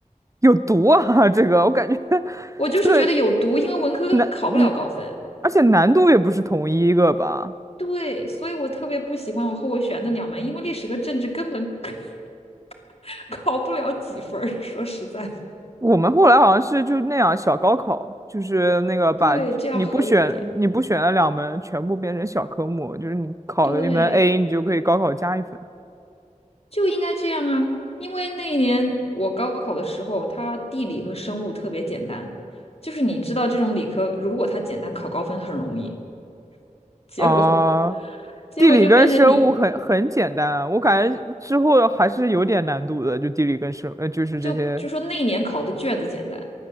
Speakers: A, on the right; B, on the left.
A: 有毒啊！<laughs> 这个我感觉 <laughs>
B: 我就是觉得有毒，
A: 这个
B: 因为文科根本考不了高分。
A: 难嗯，而且难度也不是同一个吧。
B: 对，所以我特别不喜欢我后悔选那两门，因为历史和政治根本 <laughs> 考不了几分儿。说实在的，
A: 我们后来好像是就那样小高考，就是那个把你不选你不选的两门全部变成小科目，
B: 对，这样合理一点。
A: 就是你考了一门
B: 对，
A: A，你就可以高考加一分。
B: 就应该这样啊。因为那一年我高考的时候，它地理和生物特别简单，就是你知道这种理科，如果它简单，考高分很容易。结果，
A: 啊、
B: <laughs> 结果就变成你
A: 地理跟生物很很简单啊，我感觉之后还是有点难度的，就地理跟生呃就是这些
B: 就就说那一年考的卷子简单，